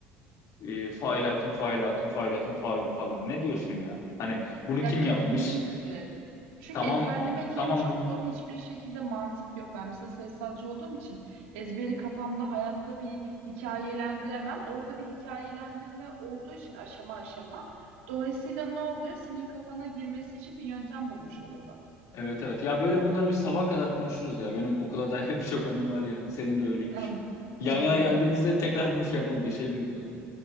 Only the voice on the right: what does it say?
Ya
kesinlikle.
Çünkü
ezberlemek
hem çok
zor, hiçbir şekilde mantık yok. Ben mesela sayısalcı olduğum için ezberi kafamda hayatta bir hikayelendiremem. Orada bir hikayelendirme olduğu için aşama aşama. Dolayısıyla ne oluyor? Senin kafana girmesi için bir yöntem bulmuş oluyorlar.
<laughs>
Ya,
Benim
de öyle.